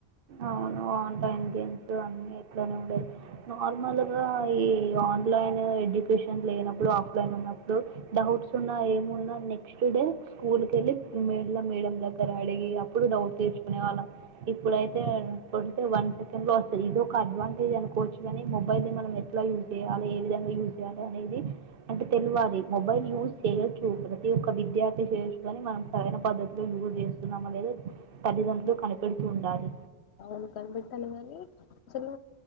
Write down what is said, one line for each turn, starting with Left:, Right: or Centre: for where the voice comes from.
Right: అవును ఆన్లైన్ గేమ్స్ అన్నీ ఇట్లానే ఉండేయి నార్మల్గా ఈ ఆన్లైన్ ఎడ్యుకేషన్ లేనప్పుడు ఆఫ్లైన్ ఉన్నప్పుడు డౌట్స్ ఉన్నా ఏమున్నా నెక్స్ట్ డే స్కూల్కి వెళ్లి మళ మేడమ్ దగ్గర అడిగి అప్పుడు డౌట్ తీర్చుకునే వాళ్ళం ఇప్పుడైతే తే వన్ సెకండ్ లో వస్తుంది ఇది ఒక అడ్వాంటేజ్ అనుకోవచ్చు కాని మొబైల్ ని మనం ఎట్లా యూజ్ చేయాలి ఏ విధంగా యూజ్ చేయాలి అనేది అంటే తెలివాలి మొబైల్ యూజ చేయొచ్చు ప్రతి ఒక్క విద్యార్థి చేయొచ్చు కాని మనం సరైన పద్ధతిలో యూజ్ చేస్తున్నాందా తల్లిదండ్రులు కనిపెడుతూ ఉండాలి
Left: అవును కనిపెట్టాలి ని అసలు